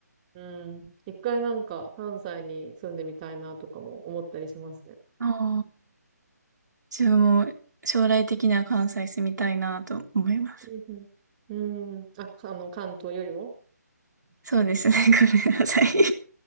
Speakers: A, on the right; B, on the right.
A: うん。一回なんか関西に住んでみたいなとかも思ったりしますね。
B: ああ。自分も将来的には関西住みたいなと思います。
A: うんうん。うん。あ、かあの、関東よりも
B: そうですね。<laughs> ごめんなさい。
A: <laughs> い